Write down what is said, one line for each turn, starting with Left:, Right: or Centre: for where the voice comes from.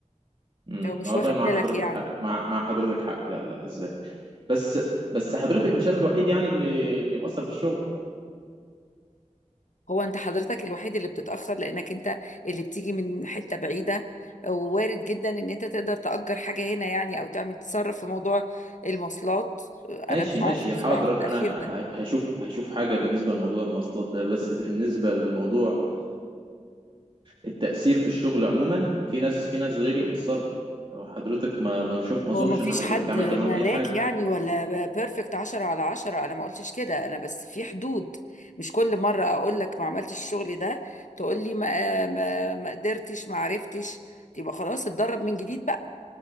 Right: امم
Left: لو مش
Right: والله
Left: واخد
Right: مع
Left: بالك
Right: حضرتك
Left: يعني
Right: حق مع مع حضرتك حق لا لا ازاي بس بس حضرتك مش انا الوحيد يعني اللي اللي مقصر في الشغل
Left: هو انت حضرتك الوحيد اللي بتتأخر لانك انت اللي بتيجي من حتة بعيدة ووارد جدا ان انت تقدر تأجر حاجة هنا يعني او تعمل تصرف في موضوع المواصلات انا
Right: ماشي
Left: مش
Right: ماشي
Left: عارفة بصراحة
Right: حاضر
Left: في التأخير
Right: انا
Left: ده
Right: ه- هشوف هشوف حاجه بالنسبه لموضوع المواصلات ده بس بالنسبه لموضوع التأثير في الشغل عموما في ناس في ناس غيري مقصرة هو حضرتك ما ما شوف ما اظنش
Left: هو ما فيش
Right: ان حضرتك
Left: حد
Right: عملت
Left: ملاك
Right: معاهم اي حاجة
Left: يعني ولا بيرفكت عشرة على عشرة انا ما قلتش كده انا بس في حدود مش كل مرة اقول لك ما عملتش الشغل ده تقول لي ما ما ما قدرتش ما عرفتش يبقى خلاص اتدرب من جديد بقى.